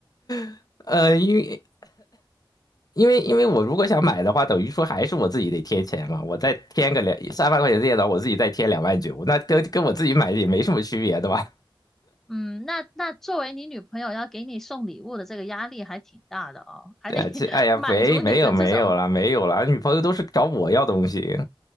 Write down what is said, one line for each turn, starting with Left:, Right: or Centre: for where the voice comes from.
Left: <laughs> 呃，因为因为因为我如果想买的话，等于说还是我自己得贴钱嘛，我再添个两三万块钱的电脑，我自己再贴两万九，那跟跟我自己买也没什么区别，对吧？
Centre: 嗯，那那作为你女朋友要给你送礼物的这个压力还挺大的哦，
Left: <laughs>
Centre: 还得
Left: 对啊，
Centre: <laughs>
Left: 这哎呀，
Centre: 满足你的这种。
Left: 没没有没有了，没有了，女朋友都是找我要东西。